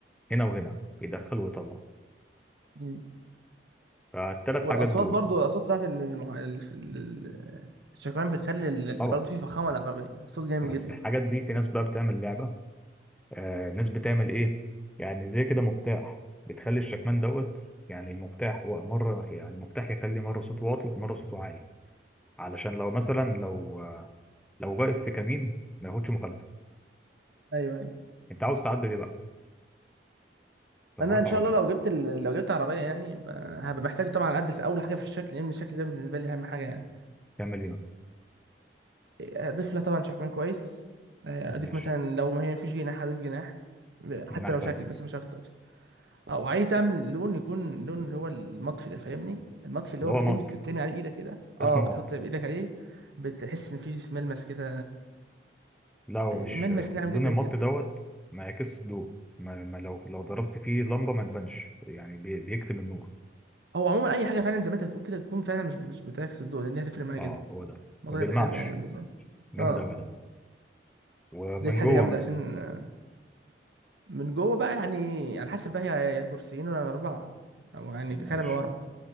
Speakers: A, in the centre; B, on the right.
A: هنا وهنا يدخل ويطلع
B: مم.
A: فالتلات
B: والاصوات
A: حاجات دول
B: برضو الاصوات بتاعت ال- المح... ال- ال- الشكمان بتخلي ال...
A: طبعا
B: برضو في فخامه العربيه صوت جامد
A: بس
B: جدا
A: الحاجات دي في ناس بقى بتعمل لعبة آه ناس بتعمل ايه يعني زي كده مفتاح بتخلي الشكمان دوت يعني المفتاح هو مرة يعني مفتاح يخلي مرة صوته واطي ومرة صوته عالي علشان لو مثلا
B: مم.
A: لو آه لو واقف في كمين ما ياخدش مخالفة
B: ايوه ايوه
A: انت عاوز تعدل ايه بقى لو
B: انا
A: معاك
B: ان شاء
A: عربية
B: الله لو جبت ال... لو جبت عربيه يعني ب- هبقى محتاج طبعا اعدل في اول حاجه في الشكل لان الشكل ده بالنسبه لي اهم حاجه يعني
A: تعمل ايه مثلا
B: اضيف لها طبعا شكمان كويس آه، اضيف
A: ماشي
B: مثلا لو ما هي مفيش جناح اضيف جناح حتى
A: مناخ
B: لو
A: خلفي
B: شكل بس مش اكتر اه وعايز اعمل اللون يكون لون اللي هو المطفي ده فاهمني المطفي اللي
A: اللي
B: هو
A: هو
B: بتم
A: مط
B: بتعمل عليه ايدك كده اه
A: اسمه
B: بتحط
A: مط
B: بايدك عليه بتحس ان في ملمس كده
A: لا هو
B: آه،
A: مش
B: ملمس
A: آه،
B: ناعم
A: لون
B: جدا
A: المط
B: كده
A: دوت ما يعكسش الضوء ما ما لو لو ضربت فيه لمبة ما تبانش يعني بي- بيكتم النور
B: هو عموما اي حاجه فعلا زي ما انت بتقول كده تكون فعلا مش مش بتعكس الضوء لان دي هتفرق معايا
A: اه
B: جدا
A: هو ده
B: الموضوع
A: ما بيلمعش
B: هيبقى حلو يعني بالنسبه لي
A: جامد
B: اه
A: أوي ده ومن
B: دي حاجه
A: جوه
B: جامده
A: مثلا
B: عشان آه، من جوه بقى يعني على حسب بقى هي يا كرسيين ولا اربعه او يعني كنبه
A: ماشي
B: ورا